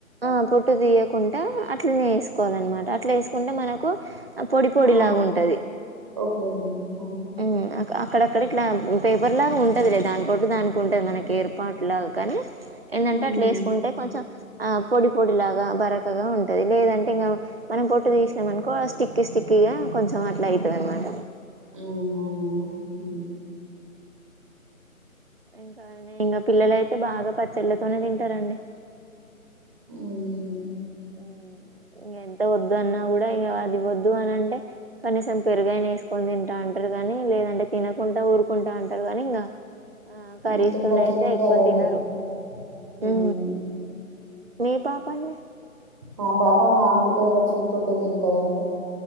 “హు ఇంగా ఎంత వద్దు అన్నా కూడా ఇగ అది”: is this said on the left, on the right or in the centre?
Right